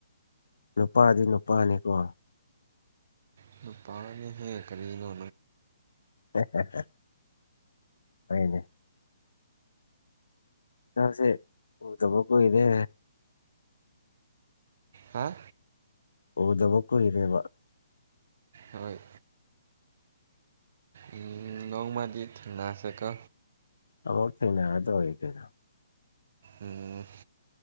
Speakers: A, on the left (about 85°); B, on the right (about 50°).
A: ꯅꯨꯄꯥꯗꯤ ꯅꯨꯄꯥꯅꯤꯀꯣ꯫
B: ꯑꯗꯨ ꯄꯥꯅꯦ ꯍꯦ ꯀꯔꯤꯅꯣ꯫
A: ꯍꯦ ꯍꯦ ꯍꯏꯅꯦ ꯏꯁꯁꯦ ꯎꯗꯕ ꯀꯨꯏꯔꯦ꯫
B: ꯍꯥ
A: ꯎꯗꯕ ꯀꯨꯏꯔꯦꯕ
B: ꯍꯣꯏ ꯎꯝ꯫ ꯅꯣꯡ ꯃꯥꯗꯤ ꯊꯦꯡ ꯅꯥꯁꯤꯀꯣ
A: ꯑꯃꯣꯛ ꯊꯦꯡꯅꯔ ꯇꯧꯏ ꯀꯩꯅꯣ꯫
B: ꯎꯝ